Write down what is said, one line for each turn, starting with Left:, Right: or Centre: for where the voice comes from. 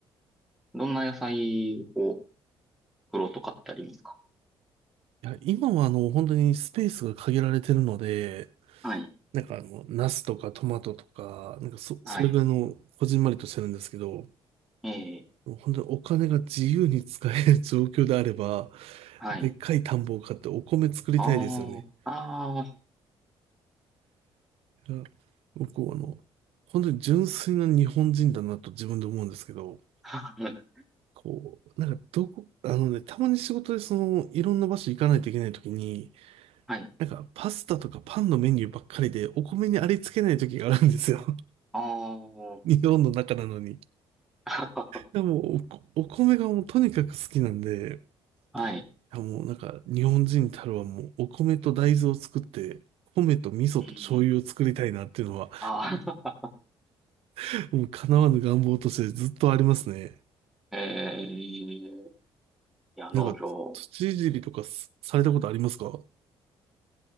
Centre: どんな野菜を作ろうとかってありますか
Right: いや、今はあの、本当にスペースが限られてるので、
Centre: はい、
Right: なんかあの、ナスとかトマトとか、なんかそ、
Centre: はい。
Right: それぐらいの、こじんまりとしてるんですけど、
Centre: ええ、
Right: 本当にお金が自由に使える状況であれば、
Centre: はい。
Right: でっかい田んぼを買ってお米作りたいですよね。
Centre: ああ、あ
Right: いや僕はあの、本当に純粋な日本人だなと自分で思うんですけど、
Centre: あ。<laughs>
Right: こう、なんかどこ、あのね、たまに仕事でその、いろんな場所行かないといけないときに、
Centre: はい。
Right: なんか、パスタとかパンのメニューばっかりで、お米にありつけない時があるんですよ。<laughs>
Centre: あ
Right: 日本の中なのに。い
Centre: あ。<laughs>
Right: やもうお、お米がもうとにかく好きなんで、い
Centre: はい。
Right: やもうなんか、日本人たるはもう、お米と大豆を作って、米と味噌と醤油を作りたいなっていうのは、
Centre: うん。ああ。
Right: <laughs> もう叶わぬ願望としてずっとありますね。
Centre: <laughs> ええいや、
Right: なんか、
Centre: 農業。
Right: 土いじりとかすされたことありますか